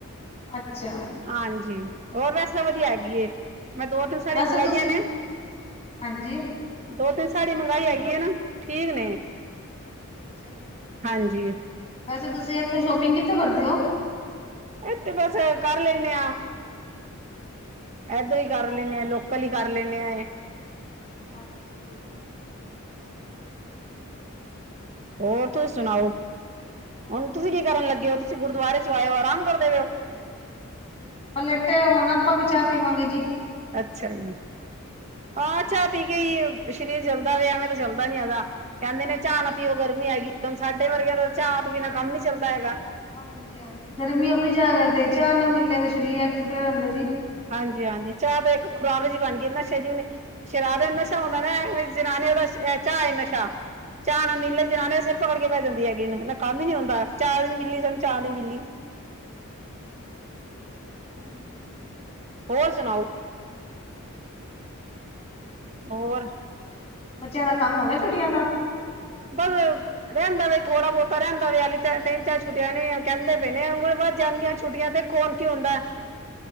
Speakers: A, on the left (about 30°); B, on the right (about 30°).
A: ਅੱਛਾ
B: ਹਾਂਜੀ, ਹੋਰ ਵੈਸੇ ਤਾਂ ਵਦੀਆ ਹੈਗੀ ਏ। ਮੈਂ ਦੋ-ਤਿੰਨ ਸਾੜੀ
A: ਵੈਸੇ
B: ਮੰਗਾਈਆ
A: ਤੁਸੀਂ
B: ਨੇ,
A: ਹਾਂਜੀ।
B: ਦੋ-ਤਿੰਨ ਸ ਸਾਡੀ ਮੰਹਗਾਈ ਹੈਗੀ ਹੈ ਨਾ ਠੀਕ ਨੇ
A: ਜ
B: ਹਾਂਜੀ
A: ਵੈਸੇ ਤੁਸੀਂ ਇਥੋਂ ਸ਼ੋਪਿੰਗ ਕੀਤੀ। ਕਰਦੇ ਹੋ।
B: ਇਥੇ ਬਸ ਕਰ ਲੈਂਨੇ ਆ। ਏਦੋਂ ਹੀ ਕਰ ਲੈਣੇ ਆ ਲੋਕਲ ਹੀ ਕਰ ਲੈਨੇ ਆ ਇਹ
A: ਅੱਛਾ ਜੀ
B: ਹੋਰ ਤੁਸੀ ਸੁਣਾਓ
A: ਵਧੀਆ
B: ਹੁਣ
A: ਜੀ।
B: ਤੁਸੀਂ ਕੀ ਕਰਨ ਲੱਗੇ ਹੋ ਤੁਸੀਂ ਗੁਰਦੁਆਰੇ ਆਇਓ ਆਰਾਮ ਕਰ ਦੇਵੇਓ।
A: ਪ ਲੇਟੇ ਹੁਣ ਆਪਾਂ ਵੀ ਚਾਹ ਪੀਵਾਂਗੇ ਜੀ।
B: ਅੱਛਾ ਜੀ
A: ਹਾਂਜੀ
B: ਹਾਂ ਚਾਹ ਪੀ ਕੇ ਈ। ਸਰੀਰ ਚੱਲਦਾ ਪਿਆਵੇੈਂ ਤਾਂ ਚੱਲਦਾ ਨੀ ਹੈਗਾ
A: ਹਾਂਜੀ
B: ਕਹਿੰਦੇ ਨੇ ਚਾਹ
A: ਹਾਂਜੀ
B: ਨਾ ਪੀਓ ਗਰਮੀ ਹੈਗੀ। ਹੁਣ ਸਾਡੇ ਵਰਗਿਆਂ ਦਾ ਚਾਹ ਬਿਨਾਂ ਕੰਮ ਨੀ ਚੱਲਦਾ ਹੈਗਾ।
A: ਹਾਂਜੀ -ਹਾਂਜੀ ਗਰਮੀ ਆਪਣੀ ਜਾ ਕੇ ਤੇ ਚਾਹ ਨਾ ਮਿਲਿਆ ਤੇ ਸਰੀਰ ਟੁਟਿਆ ਰਹਿੰਦਾ ਜੀ।
B: ਹਾਂਜੀ -ਹਾਂਜੀ ਚਾਹ ਤਾਂ ਇੱਕ ਖੁਰਾਕ ਜਿਹੀ ਬਣ ਗਈ ਨਸ਼ਾ ਜਿ ਹੇ ਸ਼ਰਾਬ ਨੂੰ ਨਸ਼ਾ ਹੁੰਦਾ ਨਾ ਐਵੈ ਜਨਾਨੀਆਂ ਬਸ ਚਾਹ ਏ ਨਸ਼ਾ ਚਾਹ ਨਾ ਮਿਲੇ ਜਨਾਨੀਆਂ ਸਿਰ ਪਕੜ ਕੇ ਪੈ ਜਾਂਦੀ ਹੈਗੀ ਕੰਮ ਨੀ ਹਂਦਾ ਚਾਹ ਨੀ ਮਿਲੀ ਸਾਨੂੰ ਚਾਹ ਨੀ ਮਿਲੀ।
A: ਹਾਂਜੀ
B: ਹੋਰ ਸੁਣਾਓ।
A: <inaudible>
B: ਹੋਰ
A: ਬੱਚਿਆਂ ਦਾ ਕੰਮ ਹੋ ਗਿਆ ਛੁੱਟੀਆਂ ਦਾ
B: ਬਸ ਰਹਿੰਦਾ ਵੇ ਥੋੜਾ ਬਹੁਤਾ ਰਹਿੰਦਾ ਵੇ ਤਿੰਨ ਚਾਰ ਛੁਟਿਆ ਨੇ ਕਹਿੰਦੇ ਪਏ ਨੇ ਵੱਧ ਜਾਣਗੀਆ ਛੁੱਟੀਆ ਦੇਖੋ ਹੁਣ ਕੀ ਹੁੰਦੈ।